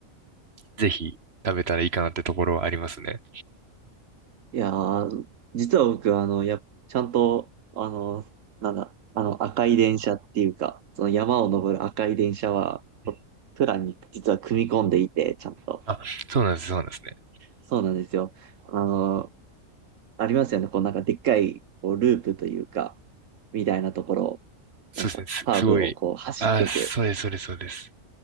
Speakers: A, on the right; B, on the right.
A: ぜひ食べたらいいかなってところはありますね。
B: いやー、実は僕、あの、や、ちゃんと、あの、なんだ、あの、赤い電車っていうか、その山を登る赤い電車は、
A: うん
B: プランに実は組み込んでいて、ちゃんと。
A: あ、そうなんです、そうなんですね。
B: そうなんですよ。あの、ありますよね。こう、なんかでっかい、こう、ループというか、みたいなところを、
A: そうですね、
B: なんか、
A: す、
B: カーブをこう、
A: すごい。
B: 走っていく。
A: あ、そうです、そうです、そうです。